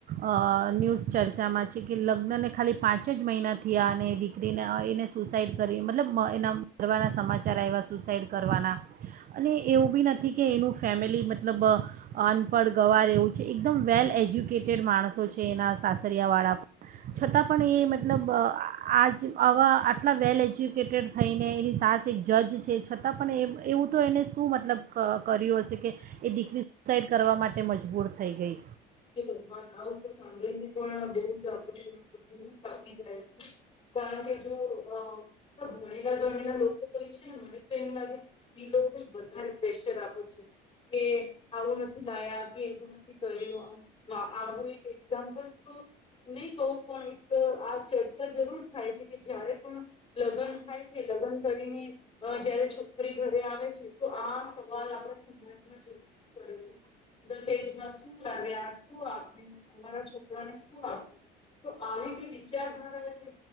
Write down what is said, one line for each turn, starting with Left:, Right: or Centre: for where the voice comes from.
Right: અહ ન્યૂઝ ચર્ચામાં છે કે લગ્નને ખાલી પાંચ જ મહિનાથી આ અને દીકરીને અઈ ને સુસાઈડ કરી મતલબ એના મરવાના સમાચાર આવ્યા સુસાઈડ કરવાના. અને એવું બી નથી કે એનું ફેમિલી મતલબ અનપઢ ગવાર છે. એકદમ વેલ એજુ કેટેડ માણસો છે એના સાસરિયાવાળા. છતાં પણ એ મતલબ આહ આજ આવા આટલા વેલ એજ્યુકેટેડ થઈને એની સાસ એક જજ છે છતાં પણ એવ-એવું તો એને શું મતલબ કર્યું હશે કે એ દીકરી સુસાઈડ કરવા માટે મજબૂર થઈ ગઈ.
Left: હે ભગવાન આવું તો સાંભળી ને પણ બહુજ આપણ ને <inaudible> રેહ છે. કારણ કે જો અહ કેટલા ભણેલા ગણેલા લોકો બોલો છે ને મને તો એમ લાગે છે એ લોકો જ વધારે પ્રેશર આપે છે. કે આવું નથી લાયા કે એવું નથી કર્યું આમ માં આવું એક એક્ઝામ્પલ તો નહી કહું પણ એક આ ચર્ચા જરૂર થાય છે કે જયારે પણ લગ્ન થાય છે લગ્ન કરીને અહ જયારે છોકરી ઘરે આવે છે તો આ સવાલ આપણા સમાજમાં જરૂર કરે છે. દહેજમાં શું લાવ્યા શું આપ્યું અમારા છોકરાને શું આપ્યું. તો આવી જે વિચારધારા છે